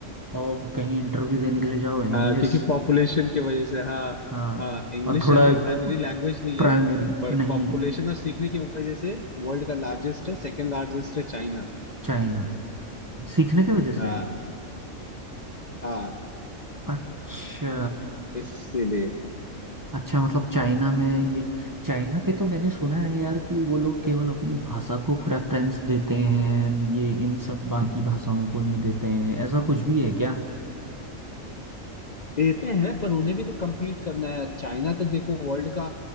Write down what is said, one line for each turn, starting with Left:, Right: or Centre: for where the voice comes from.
Right: और कहीं इंटरव्यू देने के लिए जाओ इंग्लिश
Left: आ, क्योंकि पॉपुलेशन की वजह से हाँ
Right: हाँ
Left: हाँ इंग्लिश
Right: और थोड़ा
Left: यहाँ का प्राइमरी लैंग्वेज नहीं
Right: प्राइमरी
Left: है बट
Right: नहीं
Left: पॉपुलेशन
Right: है
Left: और सीखने की वजह से वर्ल्ड का लार्जेस्ट है सेकंड लार्जेस्ट है चाइना
Right: चाइना सीखने के वजह
Left: हाँ
Right: से
Left: हाँ
Right: अच्छा
Left: इसीलिए
Right: अच्छा मतलब चाइना में ये चाइना पे तो मैंने सुना है यार कि वो लोग केवल अपनी भाषा को प्रेफरेंस देते हैं ये इन सब बाकी भाषाओं को नहीं देते हैं ऐसा कुछ भी है क्या
Left: देते हैं पर उन्हें भी तो compete करना है चाइना तो देखो वर्ल्ड का